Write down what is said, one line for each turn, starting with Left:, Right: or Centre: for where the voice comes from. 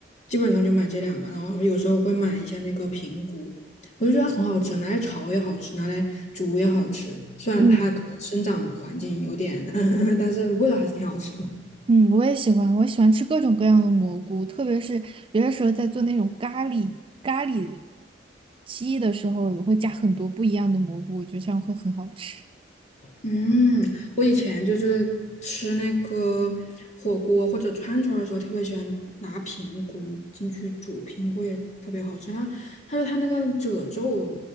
Left: 基本上就买这两个，然后有时候会买一下那个平菇，我就觉得它很好吃，拿来炒也好吃，拿来煮也好吃。虽然它可能生长环境有点
Right: 嗯
Left: <laughs> 但是味道还是挺好吃的。
Right: 嗯，我也喜欢，我喜欢吃各种各样的蘑菇，特别是有的时候在做那种咖喱咖喱鸡的时候，我会加很多不一样的蘑菇，我觉得这样会很好吃，
Left: 嗯，我以前就是吃那个火锅或者串串儿的时候，特别喜欢拿平菇进去煮，平菇也特别好吃。它，它就它那个褶皱，